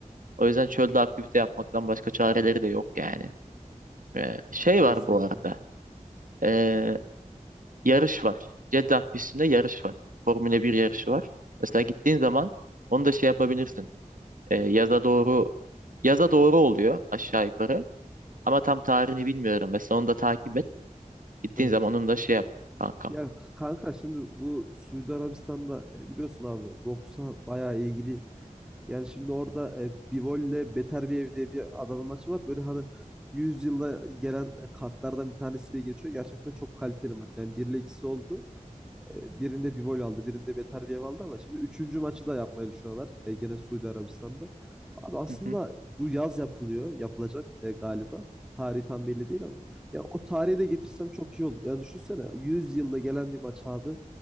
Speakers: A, on the right; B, in the centre.
A: O yüzden çölde aktivite yapmaktan başka çareleri de yok yani. Ee, şey
B: Kesinlikle.
A: var bu arada. Ee, yarış var. Jeddah pistinde yarış var. Formula bir yarışı var. Mesela gittiğin zaman onu da şey yapabilirsin. Ee, yaza doğru yaza doğru oluyor aşağı yukarı. Ama tam tarihini bilmiyorum. Mesela onu da takip et. Gittiğin
B: Evet.
A: zaman onu da şey yap kankam.
B: Ya kanka şimdi bu Suudi Arabistan'da e, biliyorsun abi boksa bayağı ilgiliyim. Yani şimdi orada e, Bivol'le Beter bir ev diye bir adamın maçı var. Böyle hani 100 yılda gelen e, kartlardan bir tanesi diye geçiyor. Gerçekten çok kaliteli maç. Yani 1 ile 2'si oldu. E, Birinde bir gol aldı, birinde beter bir ev aldı ama şimdi üçüncü maçı da yapmayı düşünüyorlar. E, gene Suudi Arabistan'da. Abi aslında
A: Hı hı.
B: bu yaz yapılıyor, yapılacak e, galiba. Tarihi tam belli değil ama. Ya o tarihi de getirsem çok iyi olur. Yani düşünsene 100 yılda gelen bir maç abi.